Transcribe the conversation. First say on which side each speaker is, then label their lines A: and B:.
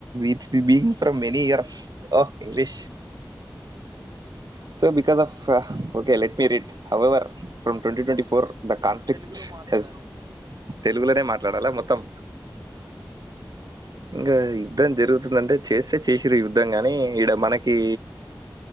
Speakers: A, on the right (about 65°); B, on the right (about 80°).
A: it's being from many years oh English so because of okay let me read however from twenty twenty four the conflict
B: తెలుగులో మాట్లాడాలి
A: హస్ తెలుగులోనే మాట్లాడాలా మొత్తం
B: ఆ
A: ఇంకా యుద్ధం జరుగుతుందంటె చేస్తే చేసిర్ యుద్ధం గాని ఈడ మనకి